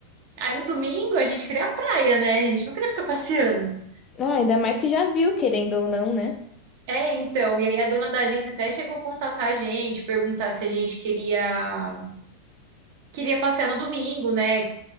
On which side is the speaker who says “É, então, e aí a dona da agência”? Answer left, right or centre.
Right